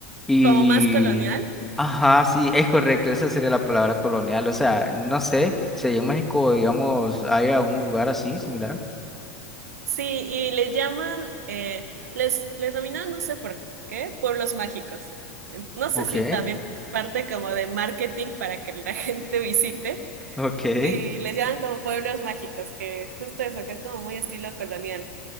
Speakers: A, in the centre; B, on the right.
A: y,
B: Como más colonial.
A: ajá, sí, es correcto, esa sería la palabra colonial. O sea, no sé, si allá en México, digamos, hay algún lugar así similar.
B: Sí, y les llaman, eh, les, les denominan, no sé por qué, pueblos mágicos. En- No sé
A: Ok,
B: si también parte como de marketing para que la <laughs> gente visite
A: ok.
B: y les llaman como pueblos mágicos, que es justo eso, que es como muy estilo colonial.